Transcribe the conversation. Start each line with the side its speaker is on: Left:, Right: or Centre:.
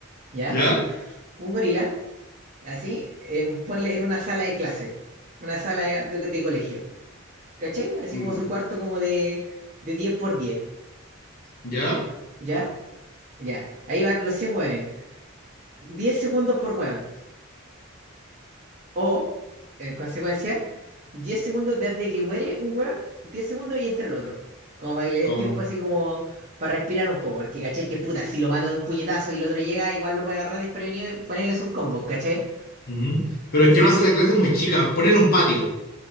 Right: ¿ya?
Left: ¿Ya?
Right: Un gorila, así, en, ponle en una sala de clase, una sala de de- de colegio. ¿Cachai? Así
Left: Mm,
Right: como su cuarto como de, de diez por diez
Left: ¿Ya?
Right: ¿Ya? Ya. Ahí van los 100 hueones. diez segundos por hueón. O, en consecuencia, 10 segundos desde que muere un hueón, 10 segundos y entre el otro. Como para que le dé
Left: ¿Cómo?
Right: tiempo así como para respirar un poco. Porque, ¿cachai? Que puta, si lo mata de un puñetazo y el otro llega, igual lo puede agarrar desprevenido y ponerle sus combos, ¿cachai?
Left: Ujú. Pero
Right: Entonces,
Left: es que una sala de clases es muy chica. Ponele un patio